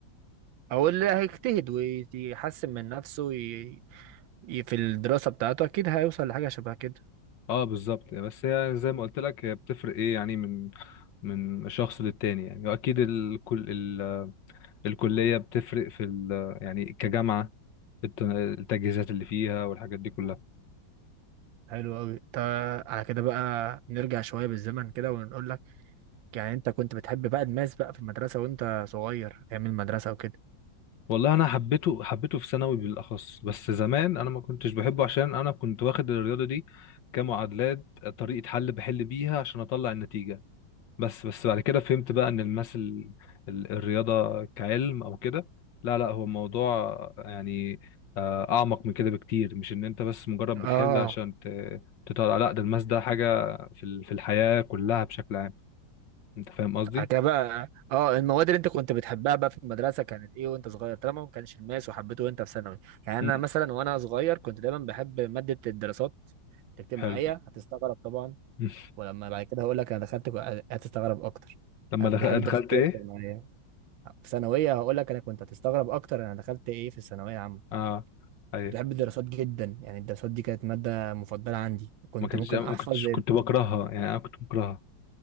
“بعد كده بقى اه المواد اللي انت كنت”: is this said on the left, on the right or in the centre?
Right